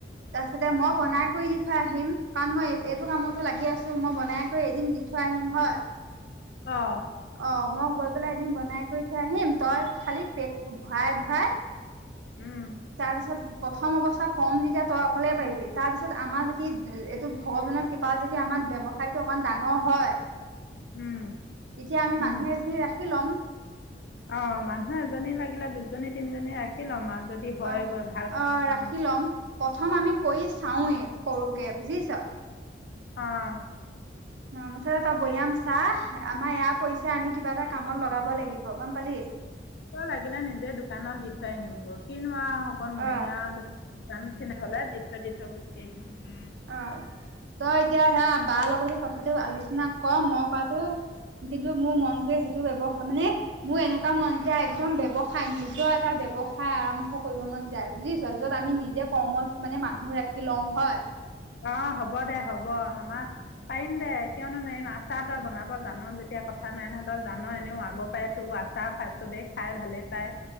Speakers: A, on the right; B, on the left.
A: তাৰ পিছতে মই বনাই কৰি দি থৈ আহিম। কাৰণ মই এইটো কামতো লাগি আছোঁ। মই বনাই কৰি এদিন দি থয় থয় আহিম হয়।
B: অ'
A: অ' মই গৈ পেলাই এদিন বনাই কৰি থয় আহিম। তই খালি পেক ভৰাই ভৰাই
B: উম
A: তাৰপিছত। প্ৰথম অৱস্থা কম যেতিয়া তই অকলেই পাৰিবি, তাৰপিছত আমাৰ যদি এইটো ভগৱানৰ কৃপা যদি আমাৰ ব্যৱসায়টো অকণমান ডাঙৰ হয়।
B: উম।
A: যেতিয়া আমি
B: উম
A: মানুহ এজন ৰাখি ল'ম।
B: অ', মানুহ এজনী লাগিলে দুজনী তিনজনী ৰাখি লম আৰু যদি হয়
A: আহ
B: গৈ ভাল
A: আহ
B: কাম
A: ৰাখি ল'ম প্ৰথম আমি কৰি চাওৱেই সৰুকে বুজিছ।
B: অ'।
A: অ', মুঠতে তই বৈাআম চা আমাৰ এয়া পইচা আমি কিবা এটা কামত লগাব লাগিব গম পালি।
B: ত লাগিলে নিজে দোকানত দি থৈ আহিম গৈ কিনো আৰু অকল মৰিগাঁও
A: অ
B: যে <unintelligible> দি থৈ দি থৈ গুচি আহিম।
A: অ', তই এতিয়া সেয়া বাৰ লগতো কথাটো আলোচনা কৰ মই কৰাটো। কিন্তু মোৰ মনটোৱে সেইটো ব্যৱসায় মানে মোৰ এনেকুৱা মন যায় একদম ব্য়ৱসায় নিজৰ এটা ব্য্ৱসায় আৰম্ভ কৰিব মন যায় বুজিছ। যত আমি নিজে কৰ্মচ মানে মানুহ ৰাখি লওঁ হয়।
B: অ', হ'ব দে হ'ব আমাৰ পাৰিম দে কিয়নো নাৰিম আচাৰ তই বনাব জান যেতিয়া কথা নাই নহঁতৰ জ এনেও আগৰ পৰাাই তোৰ আচ ৰ খাই চবে খাই ভালে পায়